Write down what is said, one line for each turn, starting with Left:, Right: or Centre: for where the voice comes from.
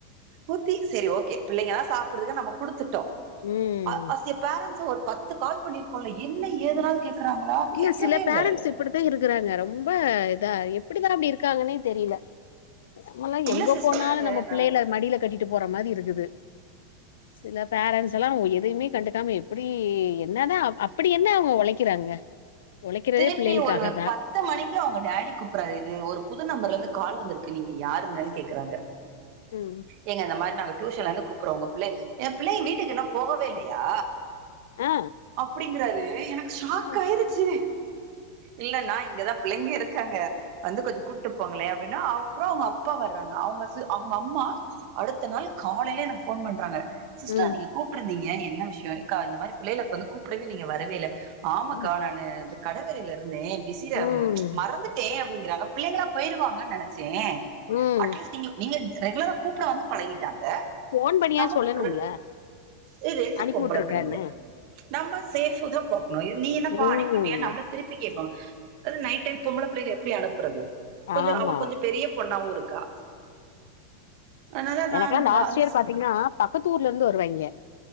Right: ஊத்தி செரி ஓகே பிள்ளைங்கதா சாப்பிடுதுக நம்ம குடுத்துட்டோ
Left: ம்.
Right: ஆ ஆஸ்ய பேரன்ஸா ஒரு பத்து கால் பண்ணிருக்கோல என்ன ஏதுனாவ்து கேக்குறாங்களா
Left: இல்ல
Right: கேட்கவே
Left: சில பேரண்ட்ஸ்
Right: இல்ல
Left: இப்டித்தா இருக்குறாங்க ரொம்ப இதா எப்டிதா அப்டி இருக்காங்கன்னே தெரில நம்மலா
Right: இல்ல
Left: எங்க
Right: சிஸ்டர்
Left: போனாலு நம்ம புள்ளைைகல மடில கட்டிட்டு போற மாரி இருக்குது சில பேரண்ட்ஸ் எல்லா எதையுமே கண்டுக்காம எப்டி என்னதா அப்டி என்ன அவுங்க ஒழைக்கிறாங்க ஒழைக்கிறதே
Right: திருப்பி
Left: பிள்ளைகளுக்காக
Right: ஒரு
Left: தா
Right: பத் த்து மணிக்கு அவுங்க டேடி கூப்புறாரு இது ஒரு புது நம்பர்ல இருந்து கால் வந்திருக்கு நீங்க யாருங்கன்னு கேக்குறாங்க
Left: ம்
Right: எங்க இந்த மாரி நாங்க டியூஷன்ல இருந்து கூப்பறோ உங்க பிள்ளை ஏ பிள்ளைங் வீட்டுக்கு இன்னு போகவே இல்லையா
Left: ஆ
Right: அப்பிடிங்கறாரு எனக்கு ஷாக்
Left: ம்
Right: ஆயிரிச்சி இல்ல நா இங்கதா பிள்ளைங்க இருக்காங்க வந்து கொஞ்சோ கூ ட்டுற்ப்போங்களே அப்டின்னா அப்புறோ அவங்க அப்பா வர்றாங்க அவங்க சி அவங்க அம்மா அடுத்த நாள் காலையில எனக்கு ஃபோன் பண்றாங்க சிஸ்டர்
Left: ம்
Right: நீங்க கூப்பிட்ருந்தீங்க என்ன விஷ்யோ க்கா இந்த மாரி பிள்ளைகளுக்கு வந்து கூப்பிடவே நீங்க வரவே இல்ல ஆமாக்கா
Left: ம்
Right: நானு கடவரையில இருந்தே பிஸில
Left: ம்
Right: மறந்துட்டே அப்டிங்கறாங்க பிள்ளைங்களா போயிருவாங்கன் நெனைச்சே
Left: ம்.
Right: அட்லீஸ் நீங்க நீங்க ரெகுலரா கூப் ப்பட வந்து பழகிட்டாங்க
Left: ஃபோன் பண்ணியாது
Right: நமக்
Left: சொல்லணும்ல
Right: ரெ எ ரெண்டு
Left: அனுப்பி
Right: பொம்பள
Left: வுட்ருக்கேன்னு
Right: பிள்ளைங்க நம்ம சேஃப்தா பக்கணு நீ என்னபா
Left: ம்
Right: அனுப்பிட் திருப்பி கேப்பா அது நைட் டை பொம்பள பிள்ளைகள எப்பிடி அனுப்புறது கொஞ்சோ
Left: ஆமா
Right: அவ கொஞ்ச பெரிய பொண்ணாவு இருக்கா அதனால நா
Left: எனக்குல்லா
Right: அனுப்பல
Left: லாஸ்ட்
Right: அது
Left: இயர்
Right: சு
Left: பாத்தீங்கன்னா பக்கத்தூர்ல இருந்து வருவாயிங்க